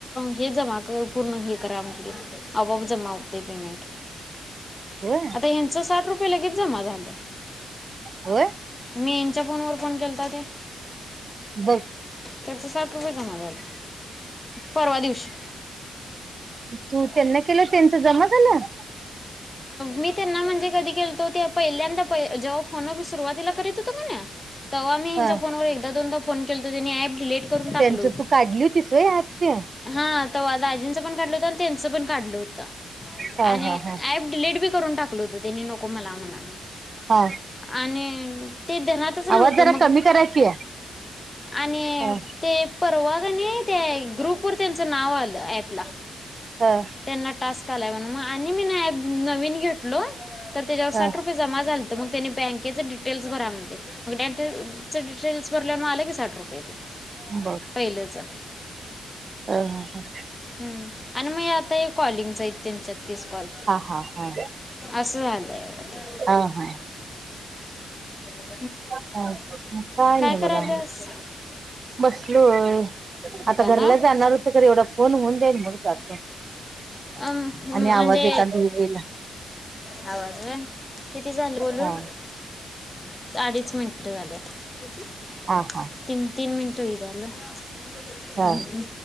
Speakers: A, on the left; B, on the right.
A: हे जमा पूर्ण हे करा म्हटली आपोआप जमा होतेय पेमेंट
B: होय
A: आता इनस साठ रुपये. लगेच जमा झालं.
B: व्हय.
A: मी हेनच्या फोनवर फोन केलता ते
B: बर.
A: त्याचं साठ रुपये जामा झालं. परवा दिवशी.
B: तू त्यांना केलं त्यांचा जमा झाल. <inaudible>
A: मी त्यांना म्हणजे कधी केलतो ते पहिल्यांदा प जेव्हा फोन मी सुरुवातीला करीत, तवा मी यांच्या
B: ह
A: फोनवर एकदा दोनदा फोन केलता त्यांनी डिलीट करून टाकलं
B: त्यांचं तू काढली होतीस व्हय ॲप ते
A: हा तवा दाजींच तेचं पण काढलं होतं
B: हा
A: आणि
B: हा हा
A: ॲप डिलीट बी करून कल होत त्यांनी नको मला म्हणाले.
B: हा.
A: आणि ते धेनातच नव्हतं
B: आवाज जरा
A: मग
B: कमी करा की
A: आणि
B: हा
A: ते परवागणी ते ग्रुप वर त्यांचं नाव आलं ऍपला
B: हा
A: तेंना टास्क आणि मीनं ॲप नवीन घेतलो. तर त्याच्यावर साठ
B: हा
A: रुपये जमा झाले. तर मग त्यानी बँकेच डिटेल्स भरा म्हणतयं मग बॅकेचं डिटेल्स भरल्यावर आलं की साठ रुपये ते.
B: बर
A: पहिलंच.
B: हा
A: हम्म आणि मग आता हे कॉलिंगचा आहे तेनच्यात तीस कॉल
B: हा हा
A: असं व्हालय अगं ते.
B: हा हा
A: <inaudible>
B: काय
A: काय
B: नाही
A: करायल्यास
B: बघा बसलोय.
A: दुकानात
B: आता घरला जाणार कसातरी एवढा फोन हुंदे आणि मग जातो.
A: अ म्हणजे
B: आणि आवाज एखादी होईल
A: आवाज व्हयं. किती झाल बोलून?
B: हा
A: अडीच मिनिट झाल्यात. किती?
B: हा हा
A: तीन तीन मिन -- टवी झालं हम्मम्.
B: हा